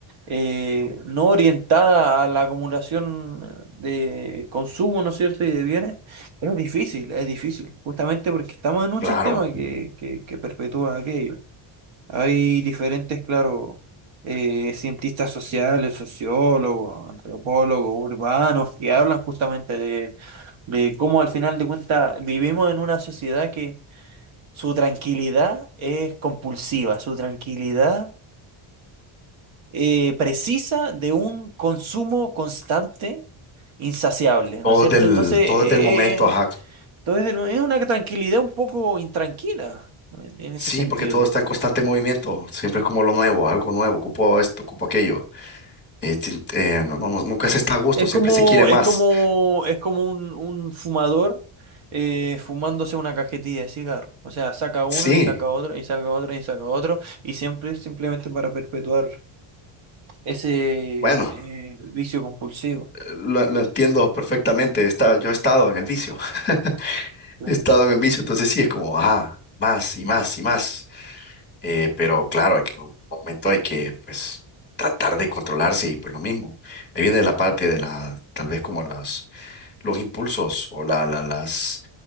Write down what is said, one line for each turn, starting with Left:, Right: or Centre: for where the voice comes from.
Right: eh, no orientada a la acumulación de consumo, ¿no es cierto?, y de bienes, es difícil, es difícil, justamente porque estamos en un
Left: Claro,
Right: sistema que, que, que perpetúa aquello. Hay diferentes, claro, eh, cientistas sociales, sociólogos, antropólogos, urbanos, que hablan justamente de, de cómo al final de cuentas vivimos en una sociedad que su tranquilidad es compulsiva, su tranquilidad eh, precisa de un consumo constante, insaciable,
Left: todo
Right: ¿no es cierto?
Left: es del,
Right: Entonces, eh,
Left: todo es del momento,
Right: eh, eh,
Left: ajá.
Right: entonces es una tranquilidad un poco intranquila eh, en ese
Left: Sí,
Right: sentido.
Left: porque todo está en constante movimiento, siempre es como lo nuevo, algo nuevo, ocupo esto, ocupo aquello. Eh, tin- eh, no, no- no- nunca se está a gusto,
Right: Es
Left: siempre
Right: como,
Left: se quiere más.
Right: es como, es como un, un fumador eh, fumándose una cajetilla de cigarro. O sea, saca uno
Left: Sí,
Right: y saca otro y saca otro y saca otro. Y siempre es simplemente para perpetuar ese
Left: bueno,
Right: eh, vicio compulsivo.
Left: eh, lo, lo entiendo perfectamente, está, yo he estado en el vicio, <laughs>
Right: Claro.
Left: he estado en el vicio, entonces sí es como, ah, más y más y más. Eh, pero claro, hay que, en un momento hay que, pues, tratar de controlarse y pues lo mismo. Ahí viene la parte de la, tal vez como las, los impulsos o la, la- las